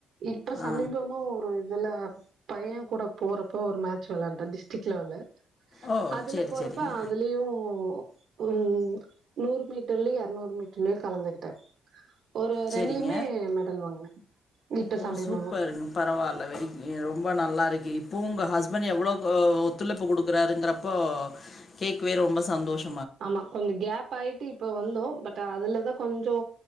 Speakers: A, on the right; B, on the left.
A: இப்ப
B: ஆ
A: சமீபமா ஒரு இதுல பையங் கூட போறப்ப ஒரு மேட்ச் வெளான்ட டிஸ்ட்ரிக் லெவல்ல
B: ஓ
A: அதுல
B: சேரி
A: போறப்ப
B: சேரிங்க
A: அதுலயு ம் நூறு மீட்டர்லயு இ எறநூறு மீட்டர்லயு கலந்துகிட்டே ஒரு
B: சேரிங்க
A: ரெண்லிம்மே மெடல் வாங்னே இப்ப
B: ஓ
A: சாம்பில்
B: சூப்பருங்க பரவால்ல வெரி ரொம்ப நல்லா இருக்கே இப்பு உங்க ஹஸ்பண்ட் எவ்லோக்கு ஒத்துழைப்பு குடுக் க்குறாருங்கிறப்போ கேக்வே ரொம்ப சந்தோஷ்
A: ஆமா கொஞ்ச கேப்பாய்ட்டு இப்ப வந்தோ பட் அதுல்லதா கொஞ்சோ